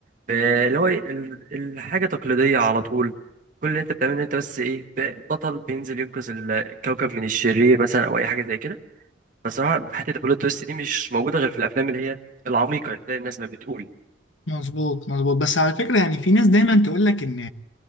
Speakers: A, on the right; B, on the left.
A: ب- اللي هو إيه، ال- الحاجة تقليدية على طول كل اللي أنت بتعمله إن أنت بس إيه ب- بطل بينزل ينقذ الكوكب من الشرير مثلا أو أي حاجة زي كده فصراحة حتة البلوت تويست دي مش موجودة غير في الأفلام اللي هي العميقة زي الناس ما بتقول
B: مظبوط مظبوط بس على فكره يعني في ناس دايما تقول لك ان